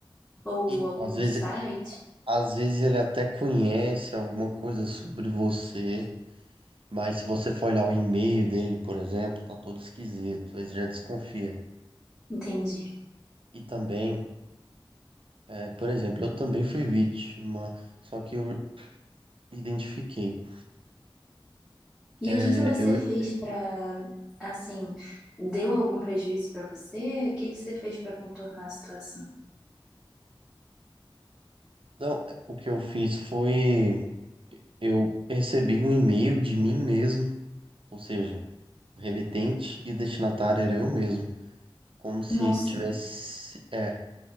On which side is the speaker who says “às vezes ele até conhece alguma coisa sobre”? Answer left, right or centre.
Right